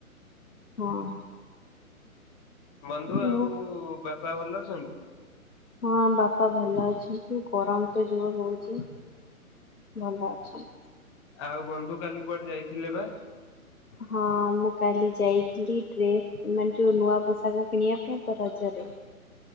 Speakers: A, on the left (about 75°); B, on the left (about 20°).
A: ହଁ।
B: ବନ୍ଧୁ
A: ମୁଁ
B: ଆଉ ବାପା ଭଲ ଅଛନ୍ତି?
A: ହଁ ବାପା ଭଲ ଅଛନ୍ତି। ଗରମ ତ ଜୋଉ ହୋଉଛି। ଭଲ ଅଛନ୍
B: ଆଉ ବନ୍ଧୁ କାଲି କୁଆଡେ ଯାଇଥିଲେ ବା?
A: ହଁ ମୁଁ କାଲି ଯାଇଥିଲି ଡ୍ରେସ୍ ମାନେ ଯୋଉ ନୂଆ ପୋଷାକ କିଣିବା ପାଇଁ ତ ରଜରେ।